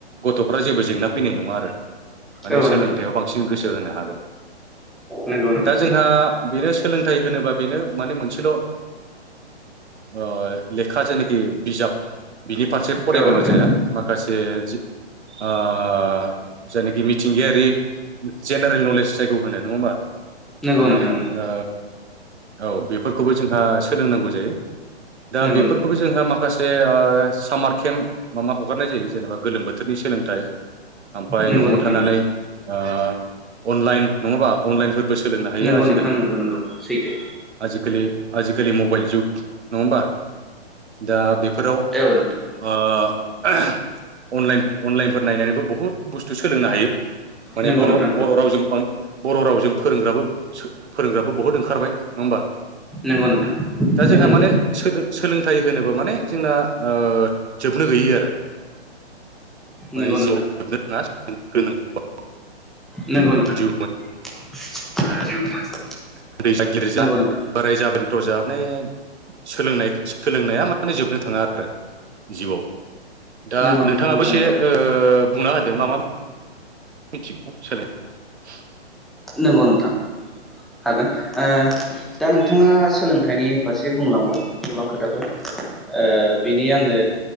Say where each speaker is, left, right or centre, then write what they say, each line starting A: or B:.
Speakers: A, on the right; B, in the centre.
A: गथ'फ्रा जेबो जेंना फैनाय नङा। आरो माने
B: औ नोंथां
A: सोलोंथाइयाव बांसिन गोसो होनो हागोन।
B: नंगौ नोंथां
A: दा जोंहा
B: सैथो
A: बेनो सोलोंथाइ होनोबा बेनो माने मोनसेल' ओ ओ लेखा जेनाखि बिजाब बिनि फारसे फरायबाल'
B: औ नोंथां
A: जाया माखासे जि आं जायनाखि मिथिंगायारि जेनेरेल नलेज जायखौ होनो नङा ओमबा
B: नंगौ
A: माने
B: नोंथां
A: ओ
B: नंगौ
A: औ बेफोरखौबो जोंहा सोलोंनांगौ जायो दा
B: नंगौ
A: बेफोरखौबो
B: नोंथां
A: जोंहा माखासे से सामार केम्प माबा हगारनाय जायो जेनेबा गोलोम बोथोरनि सोलोंथाइ आमफाय
B: नंगौ
A: न'आव
B: नोंथां
A: थानानै ओ अनलाइन नङाबा अनलाइनफोर बो सोलोंनो हायो
B: नंगौ
A: आजिखालि
B: नोंथां नंगौ नंगौ सैथो
A: आजिखालि आजिखालि मबाइल जुग नङा होमबा दा बे फोराव ओ
B: औ नोंथां
A: अनलाइन अनलाइनफोर नायनानैबो बुहुत बुस्थु सोलोंनो हायो। माने
B: नंगौ
A: बर'
B: नोंथां
A: बर' रावजों बर' रावजों फोरोंग्राबो फोरोंग्राबो बहुद ओंखारबाय नङा ओमबा?
B: नंगौ नंगौ नोंथां
A: दा जोंहा
B: नंगौ
A: माने सोलों थाय होनोबो माने जोंना जोबनो गैयै आरो। माने
B: नंगौ नोंथां
A: <unintelligible>
B: नोंगौ नोंथां।
A: जिउ
B: <unintelligible>
A: उन्दैजा गिदिरजा
B: नंगौ नोंथां
A: बोरायजा बेन्थ'जानो सोलोंनाय सोलोंनाया माने जोबनो थाङा आरो जिउआव दा
B: नंगौ
A: नोंथाङाबो से ओ बुंना होदों मा मा मिथिगौ <unintelligible>
B: नंगौ नोंथां हागोन ओ दा नोंथाङा सोलोंथाइनि फारसे बुंलांबाय। गोबां खोथाफोर ओ बिनि आङो